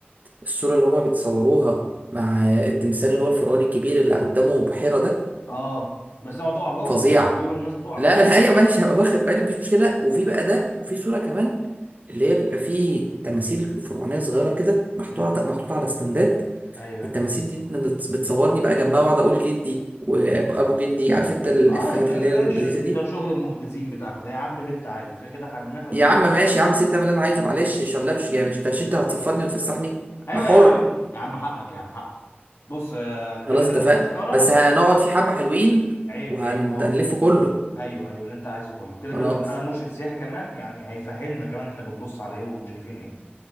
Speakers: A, on the right; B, on the left.
A: الصورة اللي هما بيتصوروها مع التمثال اللي هو الفرعوني الكبير اللي قدامه بحيرة ده
B: اه بس اوعى تقع جوه
A: فظيع
B: بيقولوا الناس بتقع
A: لا
B: جوه
A: لا ايوه ماشي هبقى واخد بالي مفيش مشكله وفي بقى ده وفي صوره كمان اللي هي بيبقى فيه تماثيل فرعونيه صغيره كده محطوطه
B: امم
A: محطوطه على استندات
B: ايوه ايوه
A: التماثيل دي انت بتص- بتصورني بقى جنبها واقعد اقول جدي وابو جدي عارف انت الافيهات
B: اه انت انت
A: اللي هي
B: ايش
A: اللذيذه
B: ده
A: دي
B: شغل المحدثين بتاعكوا ده يا عم اللي انت عايزه كده كده هبنها <laughs>
A: يا عم ماشي يا عم سيب ده من اللي انا عايزه معلش شلة مش جاي مش مش انت هتصفرني وتفسحني
B: ايوه
A: انا حر
B: يا عم يا عم حقك يا عم حقك بص آه، كده
A: خلاص
B: كده
A: اتفقنا
B: التذكره
A: بس هنقعد في حبه حلوين
B: عيب
A: وهنلف
B: عيب اه
A: كله
B: ايوه ايوه اللي انت عايزه كله وكده
A: خلاص
B: كده بيبقى معانا مرشد سياحي كمان يعني هيفهمنا كمان احنا بنبص على ايه وشايفين ايه